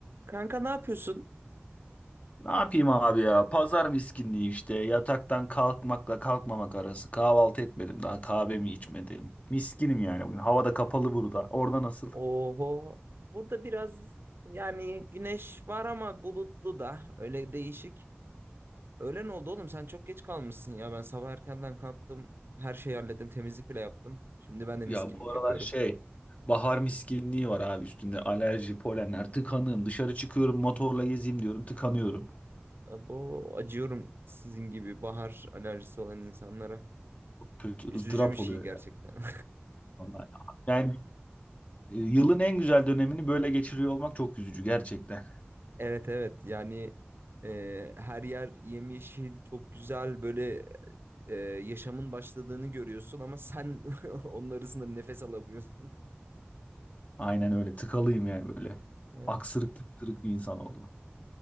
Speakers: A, on the right; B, on the left.
A: Kanka ne yapıyorsun?
B: Ne yapayım abi ya? Pazar miskinliği işte. Yataktan kalkmakla kalkmamak arası. Kahvaltı etmedim daha. Kahvemi içmedim. Miskinim yani bugün. Havada kapalı burada. Orada nasıl?
A: Oho. Burada biraz yani güneş var ama bulutlu da öyle değişik. Öğlen oldu oğlum sen çok geç kalmışsın ya. Ben sabah erkenden kalktım. Her şeyi hallettim. Temizlik bile yaptım. Şimdi ben de miskinlik
B: Ya bu aralar
A: yapıyorum.
B: şey. Bahar miskinliği var abi üstünde. Alerji, polenler, tıkanığım. Dışarı çıkıyorum motorla gezeyim diyorum. Tıkanıyorum.
A: Abo acıyorum sizin gibi bahar alerjisi olan insanlara.
B: Kötü
A: Üzücü
B: ızdırap
A: bir şey
B: oluyor.
A: gerçekten.
B: ya
A: <laughs>
B: vallahi. Yani e, yılın en güzel dönemini böyle geçiriyor olmak çok üzücü gerçekten.
A: Evet evet yani e, her yer yemyeşil çok güzel böyle e, yaşamın başladığını görüyorsun ama sen <laughs> onun arasında nefes alamıyorsun.
B: Aynen öyle. Tıkalıyım yani böyle.
A: Evet.
B: Aksırık tıksırık bir insan oldum.